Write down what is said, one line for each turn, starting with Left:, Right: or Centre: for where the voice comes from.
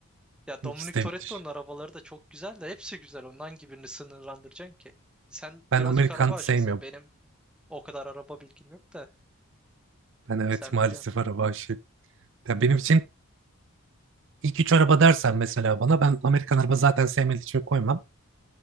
Centre: Ya
Right: İkisi
Centre: Dominic
Right: de
Centre: Toretto'nun
Right: müthiş.
Centre: arabaları da çok güzel de hepsi güzel. Ondan gibi birini sınırlandıracaksın ki? Sen
Right: Ben
Centre: birazcık
Right: Amerikan
Centre: araba aşasın.
Right: sevmiyorum.
Centre: Benim o kadar araba bilgim yok da
Right: Ben evet
Centre: sen
Right: maalesef
Centre: biliyorsun.
Right: araba aşığı. Ya benim için ilk üç araba dersen mesela bana ben Amerikan araba zaten sevmediğim için koymam.